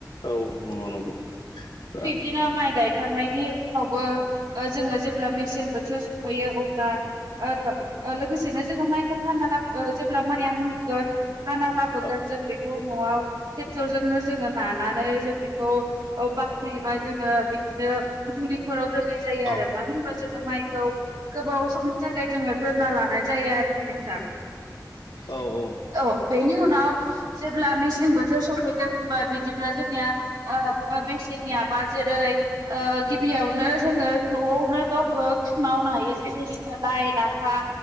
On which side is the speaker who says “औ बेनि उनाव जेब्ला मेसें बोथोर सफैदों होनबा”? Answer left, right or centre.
Right